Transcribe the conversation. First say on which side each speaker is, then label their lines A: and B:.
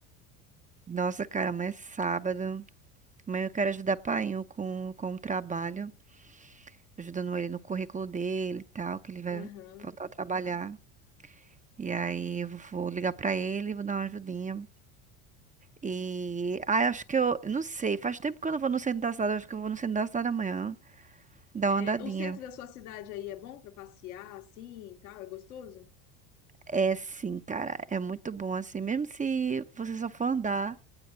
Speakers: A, on the right; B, on the left.
A: Nossa, cara, mas é sábado. Amanhã eu quero ajudar o painho com, com o trabalho, ajudando ele no currículo dele e tal, que ele vai
B: Aham.
A: voltar a trabalhar. E aí eu vou ligar pra ele, vou dar uma ajudinha. E ah, eu acho que eu, não sei, faz tempo que eu não vou no centro da cidade, eu acho que eu vou no centro da cidade amanhã, dar
B: É,
A: uma andadinha.
B: o centro da sua cidade aí é bom pra passear assim e tal? É gostoso?
A: É sim, cara, é muito bom assim, mesmo se você só for andar,